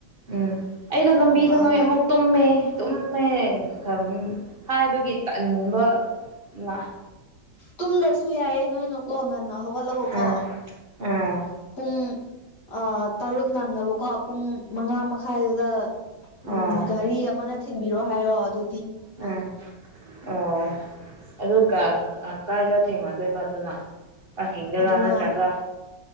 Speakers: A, on the right; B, on the left.
A: ꯎꯝ ꯑꯩꯗꯣ ꯂꯝꯕꯤꯗ
B: ꯂꯥꯛꯑꯣ
A: ꯅꯣꯏ
B: ꯂꯥꯛꯑꯣ
A: ꯑꯃꯨꯛ ꯇꯨꯝꯃꯦ ꯇꯨꯝꯃꯦ ꯈ ꯍꯥꯏꯕꯒꯤ ꯇꯟꯕ ꯂꯥꯛ
B: ꯇꯨꯡꯗꯁꯨ ꯌꯥꯏꯌꯦ ꯅꯣꯏꯅ ꯋꯥꯡ ꯉꯅ ꯍ
A: ꯑꯥ
B: ꯀꯣ
A: ꯑꯥ
B: ꯄꯨꯡ <inaudible> ꯑ ꯇꯔꯨꯛ ꯅꯪꯅꯕꯀꯣ ꯄꯨꯡ ꯃꯉꯥ ꯃꯈꯥꯏꯗꯨꯗ ꯎꯝ
A: ꯑꯥ
B: ꯘꯔꯤ ꯑꯃꯅ ꯊꯤꯟꯕꯤꯔꯣ ꯍꯥꯏꯔꯣ ꯑꯗꯨ
A: ꯎ ꯑꯣ ꯑꯗꯨ ꯀꯥꯏꯗ ꯊꯦꯡꯅꯗꯣꯏꯕ ꯑꯗꯨꯅ ꯄꯥꯔꯀꯤꯡꯗꯔꯥ
B: ꯑꯗꯨꯅ
A: ꯅꯠꯇ꯭ꯔꯒ